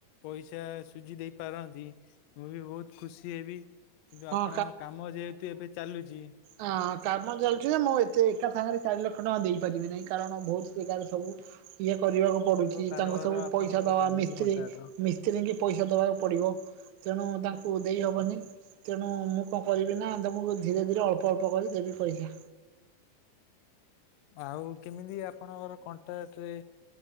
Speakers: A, on the left (about 80°); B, on the right (about 75°).
A: ପଇସା ସୁଝି ଦେଇ ପାରନ୍ତି ମୁଁ ବି ବହୁତୁ ଖୁସି ହେବି କିନ୍ତୁ
B: ହଁ
A: ଆପଣ କାମ ଯେହେତୁ ଏବେ ଚାଲିଚି
B: ହଁ କାମ ଚାଲିଚି ନା ମୁଁ ଏତେ ଏକା ସାଙ୍ଗରେ ଚାରି ଲକ୍ଷ ଟଙ୍କା ଦେଇପାରିବି ନାହିଁ କାରଣ ବହୁତୁ ଜାଗାରେ ସବୁ ଇଏ କରିବାକୁ ପଡୁଚି
A: ରଙ୍ଗ କାରବାର
B: ତାଙ୍କୁ ସବୁ
A: ଆପଣଙ୍କର
B: ପଇସା ଦବା
A: ଚାଲିଛି
B: ମିସ୍ତ୍ରୀ
A: କଣ୍ଟ୍ରାକ୍ଟର।
B: ମିସ୍ତ୍ରୀଙ୍କି ପଇସା ଦବାକୁ ପଡ଼ିବ ତେଣୁ ତାଙ୍କ ଙ୍କୁ ଦେଇହବନି ତେଣୁ ମୁଁ କଣ କରିବି ନା ତମକୁ ଧୀରେ ଧୀରେ ଅଳ୍ପ ଅଳ୍ପ କରି ଦେବି ପଇସା।
A: ଆଉ କେମିତି ଆପଣଙ୍କର କଣ୍ଟ୍ରାକ୍ଟରେ